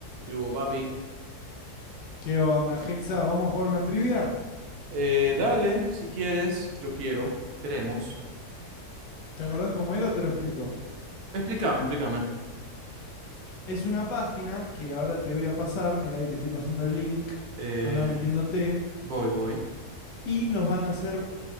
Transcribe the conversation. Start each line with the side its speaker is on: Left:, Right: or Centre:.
Right: Digo, papi,
Left: ¿Qué onda, Hexa? ¿Vamos a jugar una trivia?
Right: eh, dale, si quieres, yo quiero, queremos.
Left: ¿Te acordás cómo era o te lo explico?
Right: Explícame, explícame.
Left: Es una página que ahora te voy a pasar, mirá, ahí te estoy pasando el link,
Right: Eh,
Left: anda metiéndote,
Right: voy, voy.
Left: y nos van a hacer